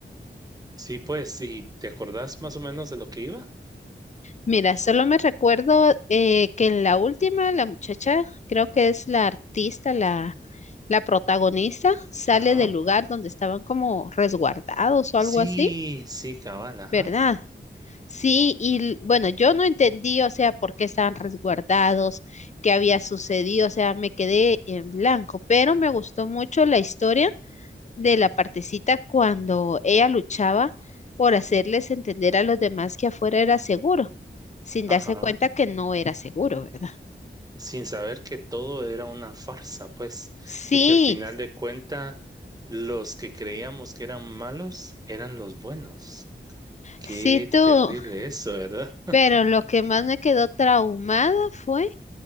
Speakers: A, on the right (about 20°); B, on the left (about 40°).
A: Sí, pues, ¿y te acordás más o menos de lo que iba?
B: Mira, solo me recuerdo eh, que en la última, la muchacha, creo que es la artista, la, la protagonista, sale
A: Ajá.
B: del lugar donde estaban como resguardados o
A: Sí,
B: algo así,
A: sí, cabal, ajá.
B: ¿verdad? Sí, y l- bueno, yo no entendí, o sea, por qué estaban resguardados, qué había sucedido, o sea, me quedé en blanco, pero me gustó mucho la historia de la partecita cuando ella luchaba por hacerles entender a los demás que afuera era seguro, sin darse
A: Ajá.
B: cuenta que no era seguro, ¿verdad?
A: Sin saber que todo era una farsa, pues,
B: Sí,
A: y que al final de cuenta los que creíamos que eran malos eran los buenos. Qué
B: sí tú,
A: terrible eso, ¿verdad? <laughs>
B: pero lo que más me quedó traumada fue